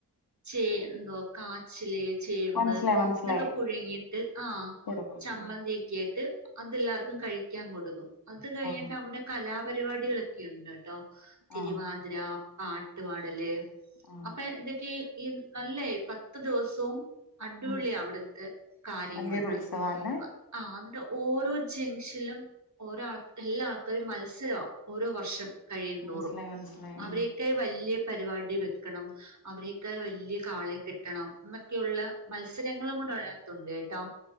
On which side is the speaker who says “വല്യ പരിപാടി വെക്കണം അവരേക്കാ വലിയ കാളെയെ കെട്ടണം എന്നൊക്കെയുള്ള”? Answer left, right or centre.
Right